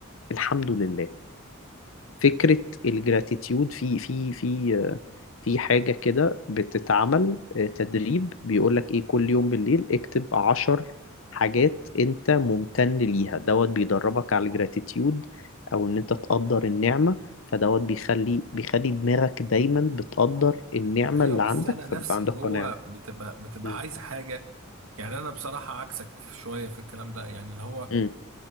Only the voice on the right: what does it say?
ايوه
بس
انا نفسي
جوه
بتبقى بتبقى
عايز حاجه يعني انا بصراحه عكسك شويه في الكلام ده يعني اللي هو